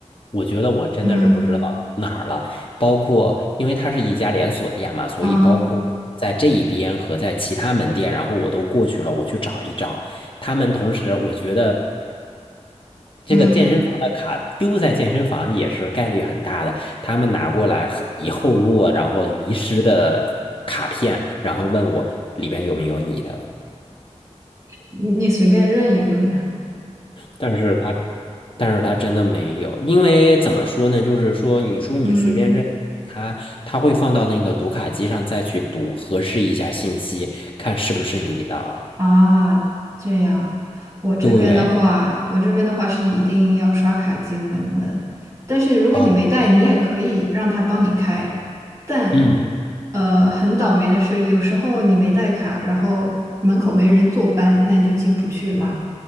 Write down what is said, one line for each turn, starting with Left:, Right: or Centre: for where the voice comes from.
Left: 我觉得我真的是不知道丢哪儿了。
Right: 嗯
Left: 包括因为它是一家连锁店嘛，所以包括在这一边和在其他门店，
Right: 嗯
Left: 然后我都过去了，我去找一找。他们同时，我觉得这个健身房的卡丢在健身房也是概率很大的。
Right: 嗯，
Left: 他们拿过来以后落，然后遗失的卡片，然后问我里边有没有你的。
Right: 你你随便认一个嘛，
Left: 但是他，但是他真的没有，因为怎么说呢？就是说，你说你随便认他，
Right: 嗯
Left: 他会放到那个读卡机上再去读，核实一下信息，看是不是你的。
Right: 啊这样，我这边的话，
Left: 对，
Right: 我这边的话是一定要刷卡进门的，但是如果你没带，
Left: 哦，
Right: 你也可以让他帮你开，但
Left: 嗯，
Right: 呃很倒霉的是，有时候你没带卡，然后门口没人坐班，那你就进不去啦。